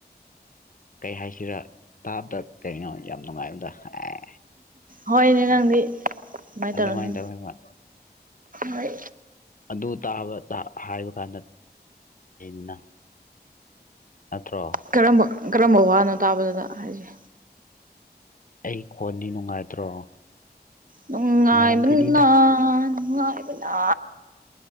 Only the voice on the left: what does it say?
ꯀꯩ ꯍꯥꯏꯁꯤꯔꯥ ꯇꯥꯕꯗ ꯀꯩꯅꯣ ꯌꯥꯝ ꯅꯨꯡꯉꯥꯏꯕꯗꯣ ꯑꯦ
ꯑꯗꯨꯃꯥꯏꯅ
ꯇꯧꯋꯦꯕ
ꯑꯗꯨ ꯇꯥꯕ ꯇꯥ ꯍꯥꯏꯕ ꯀꯥꯟꯗ ꯑꯩꯅ ꯅꯠꯇ꯭ꯔꯣ
ꯑꯩ ꯀꯣꯟꯗꯤ ꯅꯨꯡꯉꯥꯏꯇ꯭ꯔꯣ
ꯅꯨꯡꯉꯥꯏꯔꯝꯒꯅꯤꯗ